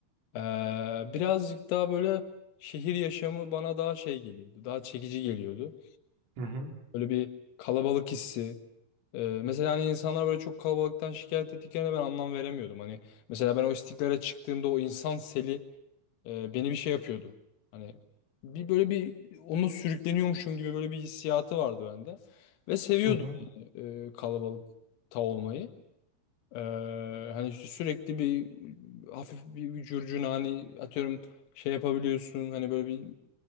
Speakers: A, on the left (about 85°); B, on the right (about 75°).
A: ee, birazcık daha böyle şehir yaşamı bana daha şey geliyordu. Daha çekici geliyordu.
B: Hı hı.
A: Böyle bir kalabalık hissi. Ee, mesela hani insanlar böyle çok kalabalıktan şikayet ettiklerine ben anlam veremiyordum. Hani mesela ben o istiklale çıktığımda o insan seli e, beni bir şey yapıyordu. Hani bir böyle bir onunla sürükleniyormuşum gibi böyle bir hissiyatı vardı bende. Ve seviyordum
B: Hı hı.
A: yani, e, kalabalıkta olmayı. E, hani işte sürekli bir hafif bir, bir curcuna hani atıyorum şey yapabiliyorsun hani böyle bir